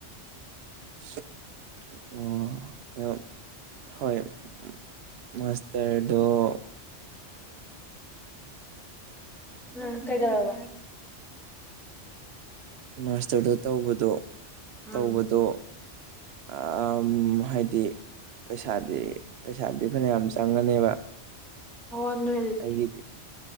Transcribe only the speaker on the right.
ꯑꯣ ꯑ ꯍꯣꯏ ꯃꯁꯔꯗꯣ
ꯃꯥꯁꯇꯔꯗ ꯇꯧꯕꯗꯣ
ꯇꯧꯕꯗꯣ ꯑꯥꯑꯝ ꯍꯥꯏꯗꯤ ꯄꯩꯁꯥꯗꯤ ꯄꯩꯁꯥꯗꯤ ꯐꯅꯌꯥꯝ ꯆꯪꯉꯅꯦꯕ
ꯑꯩꯒꯤꯗꯤ